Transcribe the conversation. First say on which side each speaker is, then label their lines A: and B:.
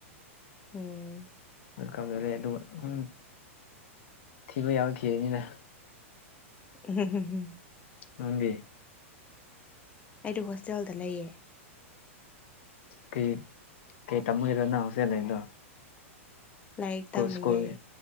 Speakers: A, on the left; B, on the left.
A: ꯎꯝ
B: ꯋꯦꯜꯀꯝꯗꯧꯔꯦ ꯑꯗꯨꯒ ꯍꯨꯝ ꯊꯤꯕ ꯌꯥꯕ ꯊꯤꯔꯅꯤꯅ
A: <unintelligible>
B: ꯅꯪꯗꯤ
A: ꯑꯩꯗꯤ ꯍꯣꯁꯇꯦꯜꯗ ꯂꯩꯌꯦ
B: ꯀꯩ ꯀꯩ ꯇꯝꯃꯨꯏꯔ ꯅꯪ ꯍꯣꯁꯇꯦꯜ ꯂꯩꯗꯣ
A: ꯂꯥꯏꯔꯤꯛ ꯇꯝꯃꯤꯌꯦ
B: ꯀꯣ ꯁ꯭ꯀꯨꯜꯒꯤ